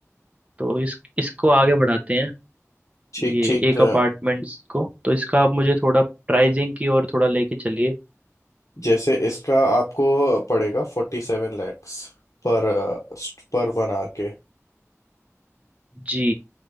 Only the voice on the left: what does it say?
ठीक
ठीक
तो
जैसे इसका आपको पड़ेगा फोर्टी सेवन लैक्स पर पर वन आर के